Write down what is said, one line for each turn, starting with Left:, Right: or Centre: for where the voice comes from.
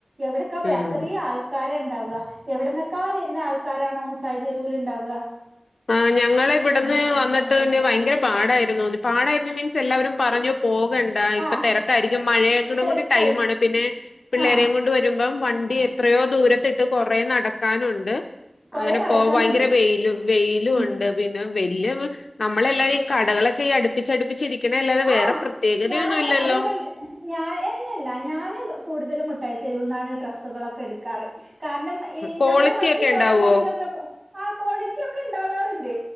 Right: എവിടക്കാ പോയി
Left: ഉം
Right: അത്രയും ആൾ- ആൾക്കാരെ ഉണ്ടാവുക എവിടന്നൊക്കെ വരുന്ന ആൾക്കാരാണോ മുട്ടായി തെരുവിൽ ഉണ്ടാവുക
Left: ആഹ് ഞങ്ങള് ഇവിടുന്ന് വന്നിട്ട് പിന്നെ ഭയങ്കര പാടായിരുന്നു പാടായി- മീൻസ് എല്ലാവരും പറഞ്ഞു പോകണ്ട ഇപ്പൊ
Right: ആഹ്
Left: തെരക്കായിരിക്കും മഴയയുടെ
Right: തിരക്കായി
Left: കൂടി ടൈംയാണ് പിന്നെ- പിള്ളേരെയും
Right: ആഹ്
Left: കൊണ്ട് വരുമ്പം വണ്ടി എത്രയോ ദൂരത്തിട്ട് കൊറേ നടക്കാനുണ്ട്
Right: കൊറേ
Left: അങ്ങനെ
Right: നടക്കാനുണ്ട്
Left: പോവാ ഭയങ്കര വെയിലും വെയിലും
Right: ഉം
Left: ഒണ്ട് പിന്നെ വെയില് നമ്മളെല്ലാം ഈ കടകളൊക്കെ ഈ അടുപ്പിച്ചടുപ്പിച്ചിരിക്ക- പിന്നെ അല്ലാതെ വേറെ
Right: ആഹ്
Left: പ്രത്യേകതയൊന്നും
Right: ഞാന്
Left: ഇല്ലല്ലോ
Right: അതേപോലെ ഞാൻ ഇല്ലയില്ല ഞാന് കൂടുതലും മുട്ടായി തെരുവിൽ നിന്നാണ് ഡ്രസ്സുകളൊക്കെ എടുക്കാറ് കാരണം- ഈ
Left: ക്വാളിറ്റി
Right: നമ്മള് മറ്റു
Left: ഒക്കെ
Right: ഷോപ്പുകളിലൊക്കെ
Left: ഉണ്ടാവോ
Right: - ക്വാളിറ്റി ഒക്കെ ഇണ്ടാവാറുണ്ട്